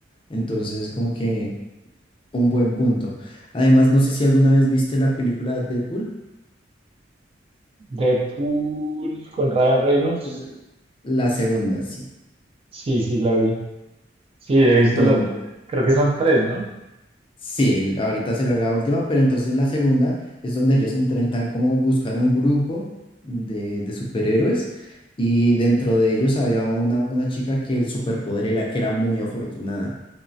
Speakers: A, on the left (about 30°); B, on the right (about 30°).
A: Entonces es como que un buen punto. Además, no sé si alguna vez viste la película de Deadpool.
B: Deadpool con Ryan Reynolds.
A: L- La segunda, sí
B: Sí, sí, la vi. Sí, he visto
A: donde
B: las dos. Creo que son tres, ¿no?
A: Sí, ahorita será la última, pero entonces la segunda es donde ellos intentan como buscar un grupo de, de superhéroes y dentro de ellos había una, una chica que el superpoder era que era muy afortunada.